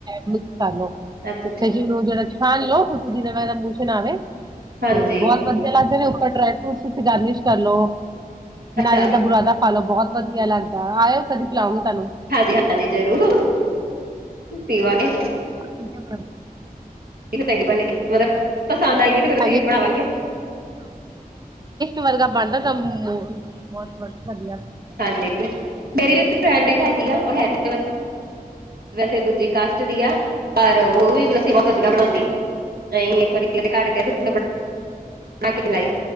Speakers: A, on the right; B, on the right.
A: ਮਿਕਸ ਕਰ ਲੋ।
B: ਅੱਛਾ ਅੱਛਾ
A: ਕਿਸ ਨੂੰ ਜਿਹੜਾ ਛਾਣ ਲੋਓ <unintelligible> ਮੂਹ ਨਾ ਆਵੇ
B: ਹਾਂਜੀ
A: ਤੇ ਬਹੁਤ ਵਧੀਆ। ਤੇ ਜਾਂ ਫਿਰ <unintelligible> ਡਰਾਈ ਫਰੂਟਸ ਤੁਸੀਂ ਗਾਰਨਿਸ਼ ਕਰ ਲੋ,
B: ਅੱਛਾ
A: ਨਾਰੀਅਲ ਦਾ ਬੁਰਾਦਾ ਪਾਲੋ ਬੋਹਤ ਵਧੀਆ ਲੱਗਦਾ, ਆਇਓ ਕਦੀ ਪਿਲਾਉਂਗੀ ਤੁਹਾਨੂੰ।
B: ਹਾਂਜੀ-ਹਾਂਜੀ, ਜ਼ਰੂਰ ਪੀਵਾਂਗੇ।
A: ਹਾਂਜੀ ਬਹੁਤ ਵਧੀਆ ਬਣਦਾ
B: <inaudible>
A: <inaudible>
B: ਤੇ ਫਿਰ ਅਸੀਂ ਬਣਾਵਾਂਗੇ
A: ਵਰਗਾ ਬਣਦਾ ਤਾਂ ਮੋ, ਬੋਤ ਵਧੀਆ।
B: ਹਾਂਜੀ ਮੇਰੀ ਵੀ ਫਰੈਂਡ ਇਕ ਹੈਗੀ ਆ ਓ <unintelligible> ਵੈਸੇ ਦੂਜੀ ਕਾਸਟ ਦੀ ਆ। ਪਰ ਓ ਵੀ ਲੱਸੀ ਬਹੁਤ ਵਧੀਆ ਬਣੋਂਦੀ ਅਸੀਂ ਇੱਕ ਵਾਰੀ ਓਦੇ ਘਰ ਗਏ <unintelligible> ਬਣਾ ਕੇ ਪਿਲਾਈ,